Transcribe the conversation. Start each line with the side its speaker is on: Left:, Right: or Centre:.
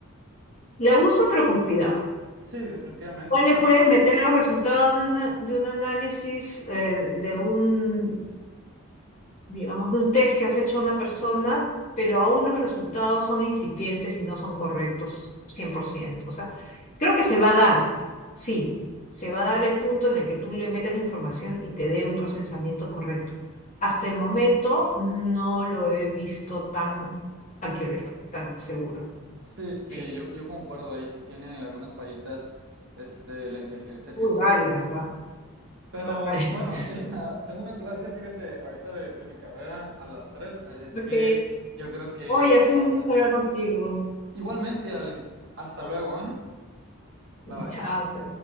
Left: la uso, pero con cuidado.
Right: Sí, definitivamente,
Left: ¿Cuál
Right: ¿eh?
Left: le puedes meter los resultados de, una- de un análisis, eh, de un, digamos, de un test que has hecho a una persona, pero aún los resultados son incipientes y no son correctos 100%? O sea, creo que se va a dar, sí, se va a dar el punto en el que tú le metes la información y te dé un procesamiento correcto. Hasta el momento no lo he visto tan accurate, tan seguro.
Right: Sí, sí,
Left: Sí.
Right: yo, yo concuerdo, ahí sí tiene algunas fallitas este, la inteligencia artificial.
Left: Uy, varias, ¿ah?
Right: Pero
Left: Varias.
Right: bueno,
Left: <laughs>
Right: <laughs> tengo una clase, fíjate, ahorita de, de mi carrera a las 3, así es
Left: Ok,
Right: que yo creo que
Left: Oye, ha
Right: nos
Left: sido
Right: vamos
Left: un gusto
Right: a despedir.
Left: hablar contigo.
Right: Igualmente, Ale, hasta luego, ¿eh? Bye.
Left: Chao, hasta